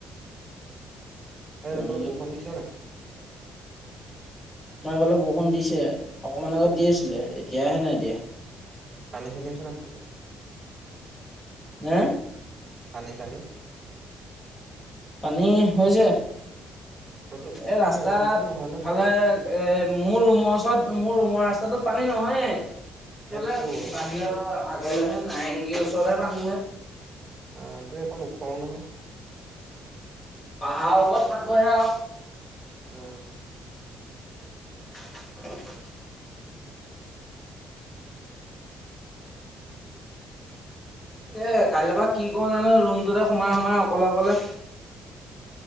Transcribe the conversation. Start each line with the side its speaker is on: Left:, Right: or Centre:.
Left: পনীৰ
Right: এ এইফালে বৰষুণ দিছে নাই
Left: আমাৰ ফালে বৰষুণ দিছে অকমান আগত দি আছিলে এতিয়াহে নাই দিয়া।
Right: পানী চানী আছে নাই ব
Left: হে এ
Right: পানী চানি
Left: পানী হৈছে এ
Right: তইতো
Left: ৰাস্তাত
Right: তোৰ সেইকণততো নহয়
Left: ইফালে
Right: ন চাগে?
Left: এ মোৰ ৰুমৰ ওচৰত মোৰ ৰুমৰ ৰাস্তাটোত পানী নহয়ে ফালে
Right: এই তোৰ
Left: বাহিৰৰ আগ এ নাই নিকি ওচৰে পানীহে
Right: অ তো একো নোখোৱাও নহয়
Left: পাহাৰৰ ওপৰত থাকহে আও
Right: উ
Left: <unintelligible> এ কাইলৈ পৰা কি কৰো জানো ৰুমটোতে সোমাই সোমাই অকলে অকলে